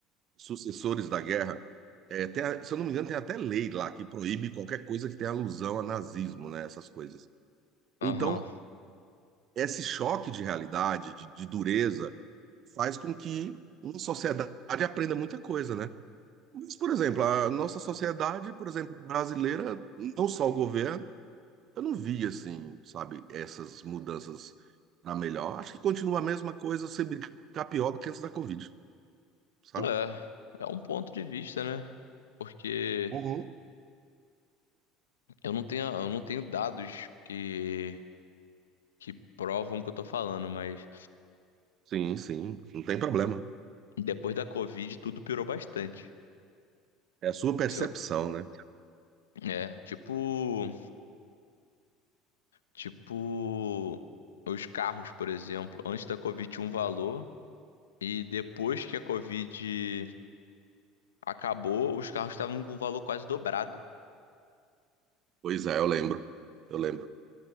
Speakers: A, on the right (about 50°); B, on the left (about 80°).
A: sucessores da guerra, é, tem a- se eu não me engano, tem até lei lá que proíbe qualquer coisa que tenha alusão a nazismo, né? Essas coisas.
B: aham.
A: Então, esse choque de realidade, de, de dureza, faz com que uma sociedade aprenda muita coisa, né? Mas, por exemplo, a nossa sociedade, por exemplo, brasileira, não só o governo, eu não vi, assim, sabe, essas mudanças para melhor. Acho que continua a mesma coisa, se brincar pior do que antes da Covid, sabe?
B: É, é um ponto de vista, né? Porque
A: Uhum.
B: eu não tenho, eu não tenho dados que, que provam o que eu tô falando, mas
A: Sim, sim, não tem problema.
B: Depois da Covid, tudo piorou bastante.
A: É a sua percepção,
B: Se eu-
A: né?
B: É, tipo, tipo os carros, por exemplo. Antes da Covid tinha um valor e depois que a Covid acabou, os carros estavam com um valor quase dobrado.
A: Pois é, eu lembro. Eu lembro.